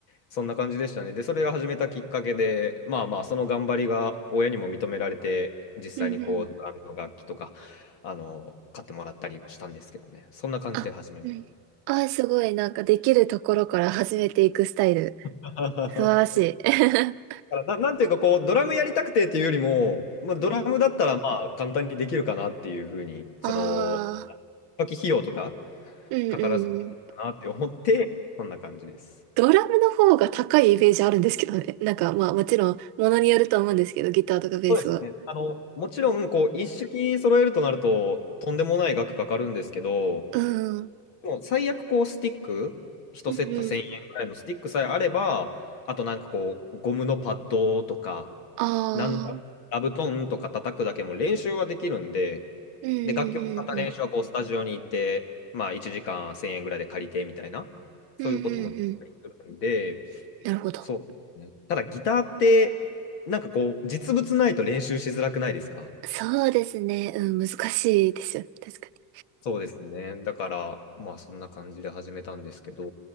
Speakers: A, on the left; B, on the right.
A: そんな感じでしたね。で、それが始めたきっかけで、まあまあ、その頑張りが親にも認められて、実際にこう、
B: うんうん。
A: ドラムの楽器とか、あの、買ってもらったりもしたんですけどね。そんな感じで始めまし
B: あ、うん。あー、すごい。なんか、できるところから始めていくスタイル。
A: た。<laughs>
B: 素晴らしい。<laughs>
A: だからな、なんていうかこう、ドラムやりたくてっていうよりも、まあ、ドラムだったらまあ簡単にできるかなっていうふうに、
B: うんうん。
A: その、
B: ああ、
A: 初期費用とか
B: うんうん
A: かからずにできるかなって思って、そんな感じです。
B: ドラムの方が高いイメージあるんですけどね。<laughs> なんかまあもちろんものによると思うんですけど、ギターとかベースは。
A: そうですね。あの、もちろん、こう、一式揃えるとなると、とんでもない額かかるんですけど、
B: うん。うん
A: もう最悪、こう、スティック、一セット1000円ぐらいのスティックさえあれば、
B: うん。
A: あとなんかこう、ゴムのパッドとか、
B: ああ。
A: なんなら、座布団とか叩くだけも練習はできるんで、
B: うんうん
A: で、楽器を使った練習はこうスタジオに行って、
B: うんうん。
A: まあ1時間1000円ぐらいで借りてみたいな、そういうこともできたりするんで、
B: うんうんうん。なるほど。
A: そうですね。ただギターって、なんかこう、実物ないと練習しづらくないですか
B: そうですね。うん、難しいですよ。確かに。
A: そうですね。だから、まあそんな感じで始めたんですけど、